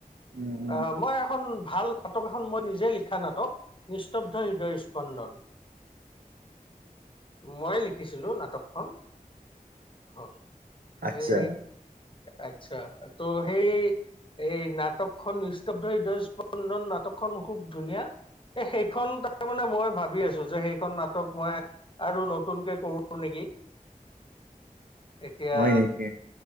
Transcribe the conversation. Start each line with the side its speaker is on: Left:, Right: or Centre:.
Right: উম
Left: অ', মই এখন ভাল নাটক এখন মই নিজে লিখা নাটক, নিস্তব্ধ হৃদয়ৰ স্পন্দন। মই লিখিছিলো নাটকখন, হ।
Right: আচ্ছা
Left: এই, আচ্ছা! ত' সেই এই, নাটকখনন সস্তব্ধ হৃদয়, নিস্তদ্ধ নাটকখন খুব ধুনীয়া! এ, সেইখন তাৰ মানে মই ভাবি আছো যে সেইখন নাটক মই আৰু নতুনকে কৰো নিকি। এতিয়া,
Right: হয় নেকি?